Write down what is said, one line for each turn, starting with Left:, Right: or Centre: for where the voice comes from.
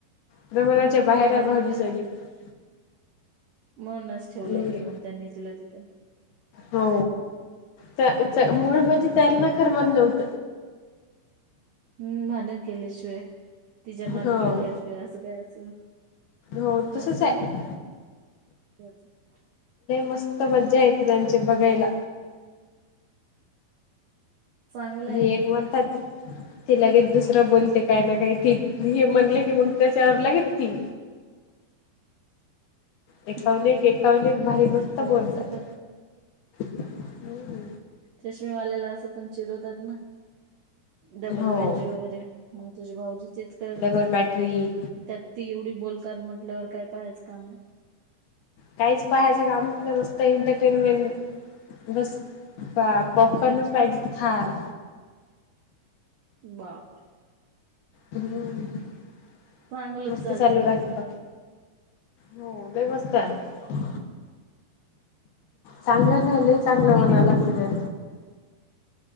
Left: प्रमाणाच्या
Right: हम्म
Left: बाहेर
Right: भांडण
Left: आहे भाऊजींचा पण
Right: मणच ठेवलं
Left: लई
Right: होतं मग त्यांनी तुला तिथं
Left: हो त्या मूळ म्हणजे त्यालाना करमत नव्हत
Right: हम्म भडनं केल्याशिवाय तिच्या माधी
Left: हो
Right: लागल्याशिय ते असं काय असं
Left: हो तसच
Right: असते
Left: आहे
Right: नाही एखर. <inaudible>
Left: मस्त मज्जा येत त्यांचे बघायला.
Right: चांगलंय
Left: हग म्हण. त <unintelligible> ते लगेच दुसरा बोलते काय ना काही ते हे म्हणले की मग त्याच्यावर लगेच ती.
Right: <inaudible>
Left: एकाहून एक एकाहून एक भारी मस्त
Right: हो
Left: बोलतात
Right: असे पण
Left: हम्.
Right: चष्मीेवालेला असं पण चिरवतात ना. डबल
Left: हो
Right: बॅटरी वगैरे मग तुझे भाऊजी तेच करत
Left: डबल
Right: असतील.
Left: बॅटरी
Right: त्यात ती एवढी बोलकार म्हटल्यावर काय पाहायचं काम आहे.
Left: काहीच पाहायचं कामात नाही मस्त एंटरटेनमेंट. बस पॉपकॉर्नच पाहिजे खायला
Right: बापरे
Left: हम्म
Right: चांगलंच
Left: मस्त
Right: चालते
Left: चालू
Right: मग
Left: राहत हो काय मस्त आ. हे चांगलं नाहीले चांगलं
Right: वहिणी
Left: म्हना
Right: बोलते
Left: लागत त्या.